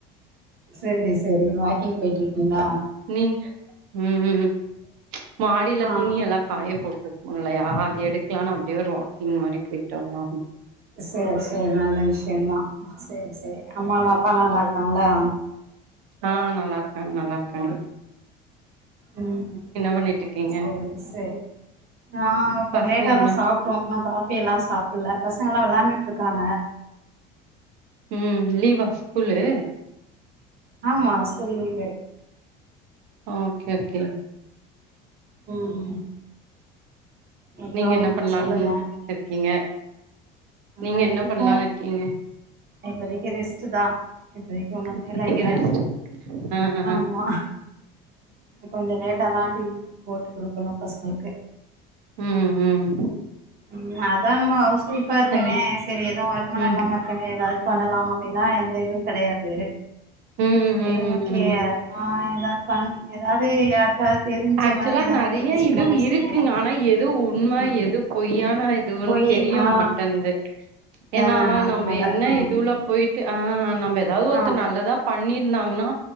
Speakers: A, on the right; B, on the right.
A: சரி சரி வாக்கிங் போய்ட்ரிக்கீங்களா
B: நீங் ம் ம் மாடியில
A: ஆ
B: துணியல்ல காய போட்டுக்கோ இல்லயா அது எடுக்கலா னுக்கு அப்டியே ஒரு வாக்கிங் மாரி போயிட்டு வரலா
A: சரி சரி நல்ல விஷயந்தா சரி சரி அம்மா எல்லா அப்பல்லா நல்லா இருக்காங்களா
B: ஆ நல்லாருக்காங்க நல்லாருக்காங்க
A: ம்
B: பண்ணிட்ருக்கீங்க
A: சரி சரி ஆ ஒருத்தங்க
B: பசங்க
A: லேட்டாதா
B: என்ன
A: சாப் ட்டோ நா காபி எல்லா சாப்பல்ல பசங்க வெளாண்டுட்ருக்காங்க
B: ம் லீவா ஸ்கூலு
A: ஆமா ஸ்கூல் லீவு
B: ஓகே ஓகே
A: ம் அப்றோ
B: நீங்க என்ன பண்ணலாம்னு
A: சொல்லுங்க
B: இருக்கீங்க நீங்க
A: ஆ
B: என்ன
A: இருக்கோ
B: பண்லான்னு இருக்கீங்க
A: இப்போதைக்கு ரெஸ்ட்டுதா இது ஒண்ணு
B: இப்பத்திக்கு
A: வேலை இல்ல
B: ரெஸ்ட் ஆ ஆ
A: ஆமா
B: ஆ.
A: கொஞ்ச லேட்டா தா டீ போட்டு குடுக்கணு பசங்களுக்கு
B: ம் ம்
A: ம் அதா நம்ம ஹவுஸ்ஃஒய்பா இருக்கனே
B: சரி
A: சரி எதுவு வருமான
B: ம்
A: இல்லாம இரு எனே எதாது பண்ணலா அப்டின்னா எந்த இதுவு கெடையாது
B: ம் ம் ம்
A: செரி ஓகே
B: ம் ம்
A: ஆ யம்மா ஏதாவது பண் ஏதாவது யாருக்கா தெரிஞ்ச
B: ஆக்சுவலா
A: மாரி ஏதாவது
B: நெறைய
A: எப்ஸ்
B: இது
A: முலமா
B: இருக்குங்க
A: செய்யலா
B: ஆனா எது உண்ம
A: ஆ
B: எது பொய்யானது இதுன்னு
A: போயி
B: தெரியமாட்டன்து
A: ஆ
B: ஏனா
A: ஆ அதனால
B: நம்ம என்ன
A: ஆ
B: இதுலப் போயிட்டு ஆ நம்ம ஏதாவது ஒருத்த
A: ஆ
B: நல்லதா பண்ணிற் நாங்கனா